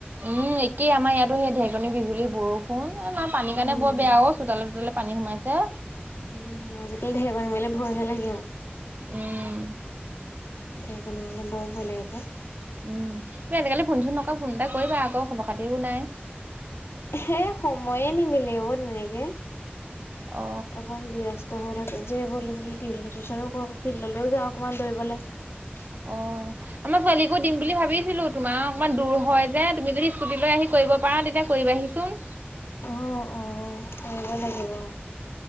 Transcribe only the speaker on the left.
উম
উম, আজিকালি ঢেৰেকণি মাৰিলে ভয়হে লাগে আৰু।
ঢেৰেকণি মাৰিলে বৰ ভয় লাগে পায়।
হে, সময়ে নিমিলে ও তেনেকে।
অকণ ব্যস্ত হয় থাকো যে। টউচন, চিউচন। ফিল্ডলৈ যাওঁ অকমান দৌৰিবলৈ। কৰিবলে।
অহ, অহ কৰিব লাগিব।